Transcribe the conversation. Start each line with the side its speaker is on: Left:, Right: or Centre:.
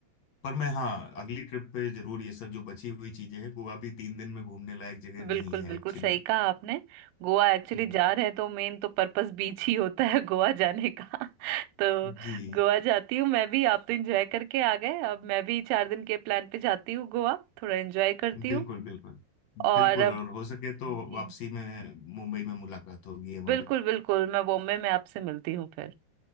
Left: पर मैं हाँ अगली ट्रिप पे जरूर ये सब जो बची हुई चीजें हैं गोवा भी तीन दिन में घूमने लायक जगह नहीं
Right: बिल्कुल
Left: है
Right: बिल्कुल
Left: एक्चुअली
Right: सही कहा आपने गोवा एक्चुअली
Left: हम्म
Right: जा रहे हैं तो मेन तो पर्पस बीच ही होता है गोवा जाने का <laughs> तो
Left: जी
Right: गोवा जाती हूँ मैं भी आप तो एंजॉय करके आ गए अब मैं भी चार दिन के प्लान पे जाती हूँ गोवा थोड़ा एंजॉय करती
Left: बिल्कुल
Right: हूँ
Left: बिल्कुल
Right: और
Left: बिल्कुल
Right: अब
Left: और हो सके तो
Right: जी
Left: वापसी में मुंबई में मुलाकात होगी हमारे
Right: बिल्कुल बिल्कुल मैं बॉम्बे में आपसे मिलती हूँ फिर